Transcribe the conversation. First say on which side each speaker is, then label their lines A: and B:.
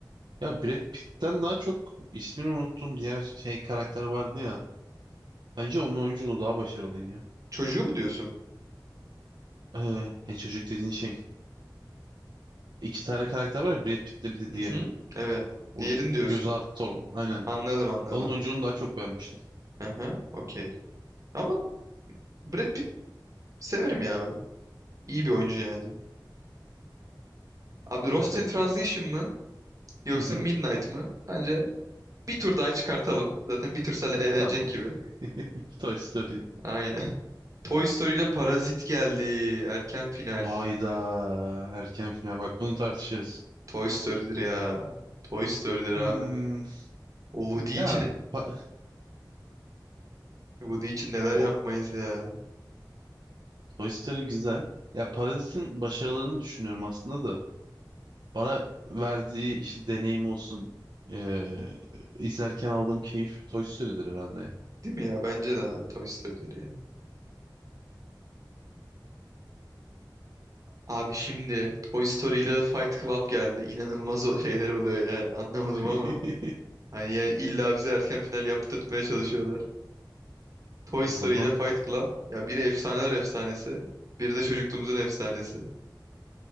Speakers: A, on the right; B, on the right.
A: Ya Brad Pitt'ten daha çok ismini unuttum diğer şey karakter vardı ya. Bence onun oyunculuğu daha başarılıydı ya.
B: Çocuğu mu diyorsun?
A: Ee, e, çocuk dediğin şey. İki tane karakter var. ya, Brad Pitt'le bir de
B: Hı
A: diğeri.
B: hı. Evet.
A: O
B: Diğerini diyorsun.
A: göze artı torba. Aynen.
B: Anladım anladım.
A: Ben onun oyunculuğunu daha çok beğenmiştim.
B: Hı hı. Okey. Ama Brad Pitt severim ya ben. İyi bir oyuncu yani. Abi Lost
A: Ya tabii.
B: in Translation
A: o-
B: mı? Yoksa
A: Hı hı.
B: Midnight mı? Bence bir tur daha çıkartalım. Zaten bir tur sale eğlenecek
A: Tamam.
B: gibi.
A: <laughs> Toy Story.
B: Aynen. <laughs> Toy Story ile Parazit geldi. Erken final.
A: Hayda. Erken final. Bak bunu tartışırız.
B: Toy Story'dir ya. Toy Story'dir abi.
A: Hmm,
B: O Woody
A: ya
B: için
A: pa-
B: Woody için neler
A: o-
B: yapmayız ya.
A: Toy Story güzel. Ya Parazit'in başarılarını düşünüyorum aslında da. Bana verdiği işte deneyim olsun, eee, izlerken aldığım keyif Toy Story'dir herhalde ya.
B: Değil mi ya? Bence de abi Toy Story'leri ya. Abi şimdi Toy Story ile Fight Club geldi. İnanılmaz o- şeyler oluyor yani. Anlamadım
A: <laughs>
B: ama. Hani yani illa bize erken final yaptırtmaya çalışıyorlar. Toy Story
A: O zaman
B: ile Fight Club. Ya biri efsaneler efsanesi. Biri de çocukluğumuzun efsanesi.